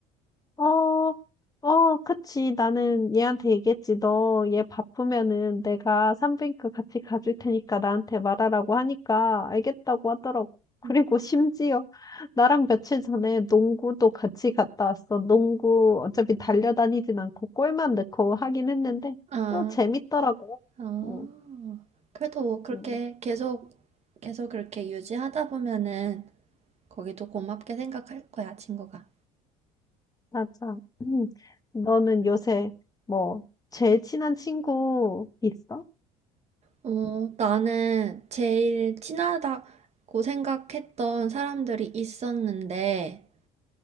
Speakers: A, on the left; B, on the right.
A: 어, 어, 그치. 나는 얘한테 얘기했지. 너 얘 바쁘면은 내가 산부인과 같이 가줄 테니까 나한테 말하라고 하니까 알겠다고 하더라고. 그리고
B: 음.
A: 심지어 나랑 며칠 전에 농구도 같이 갔다 왔어. 농구 어차피 달려다니진 않고 골만 넣고 하긴 했는데
B: 아,
A: 또 재밌더라고.
B: 아,
A: 응,
B: 그래도 뭐 그렇게
A: 응,
B: 계속, 계속 그렇게 유지하다 보면은 거기도 고맙게 생각할 거야, 친구가.
A: 맞아. 음. 너는 요새 뭐 제일 친한 친구 있어?
B: 어, 나는 제일 친하다고 생각했던 사람들이 있었는데